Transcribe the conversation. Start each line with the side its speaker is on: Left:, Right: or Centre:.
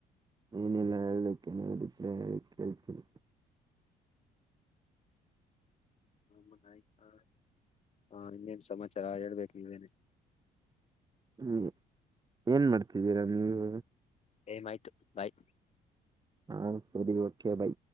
Right: ನೀನೇನೆ ಹೇಳ್ಬೇಕ್ ಏನಾರ್ ಇದ್ರೆ ಹೇಳ್ ಕೇಳ್ತಿನಿ
Left: ಹ ಹನ್ನ <unintelligible> ಸಮಾಚಾರ ಹೇಳ್ಬೇಕು ನೀವೇನೆ
Right: ಹ್ಮ ಏನ್ ಮಾಡ್ತಿದ್ದೀರಾ ನೀವು
Left: ಟೈಮ್ ಆಯ್ತು ಬಾಯ್
Right: ಹ್ ಸರಿ ಓಕೆ ಬೈ